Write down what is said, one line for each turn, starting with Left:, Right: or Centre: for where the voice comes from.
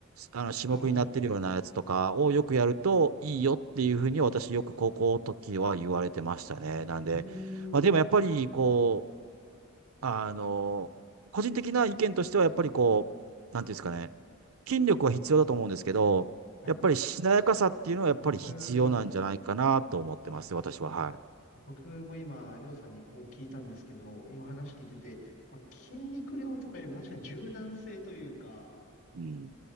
Right: あの種目になってるようなやつとかをよくやるといいよっていうふうに私よく高校の時は言われてましたね。
Left: はいはいはいはい。
Right: なんで、
Left: うー
Right: まあでもやっぱりこう、
Left: ん。
Right: あの、個人的な意見としては、やっぱりこう、なんていうんですかね、筋力は必要だと思うんですけど、
Left: はい。
Right: やっぱりしなやかさっていうのはやっぱり必要なんじゃないかなと思ってます、
Left: うーん。
Right: 私は。はい。
Left: 僕も今、りょうさんにこう聞いたんですけど、今話聞いてて、まあ、筋肉量とかよりも確かに柔軟性というか、
Right: うん。